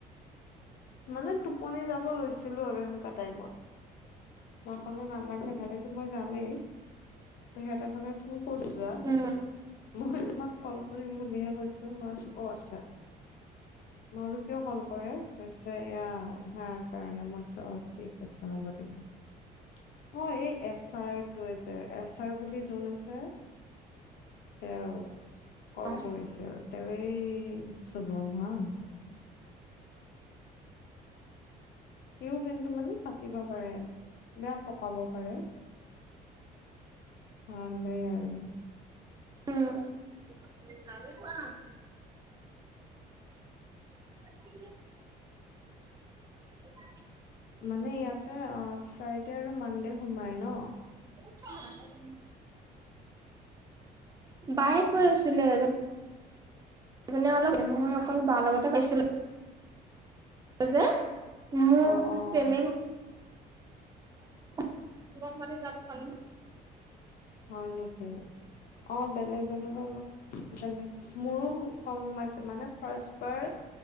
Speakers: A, on the left; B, on the right.
A: মানে টোপনি যাব লৈছিলো আৰু এনেকুৱা টাইমত মই কলো নালাগে তালেতো মই যামেই তেখেতে কলে তুমি ক'ত যোৱা
B: উম
A: মই তোমাক কল কৰিম বুলিহে কৈছো মই অ আচ্ছা ম কিয় কল কৰে কৈ হৈছে এয়া হাৰ কাৰণে মই চো অ ঠিক আছে হ'ব দিয়ক অ এই এচাৰটোৱে যে এচাৰ বুলি যোন আছে তেওঁ কল
B: অ
A: কৰিছিল তে এই <unintelligible> সিও কিন্তু মানে পাতিব পাৰে বেয়া পকাব পাৰে ভালে আৰু
B: উম উম উ <inaudible>
A: মানে ইয়াতে ফ্ৰাই <unintelligible> তেৰ <unintelligible> মানান দেে সোমাই ন <unintelligible>
B: আ <inaudible> বায়ে কৈ আছিলে আৰু <unintelligible> ে অলপ মই অকল বাৰ লগতে কাইছিলো <unintelligible> কজ <inaudible> মোৰ
A: অ অ
B: চম <unintelligible> াল <inaudible>
A: হয় নেকি অ বেলেগ বেলেগৰলপ <unintelligible> জ মোৰো <unintelligible> কম সোমাইছিল মানে ফাৰ্ষ <unintelligible> াৰ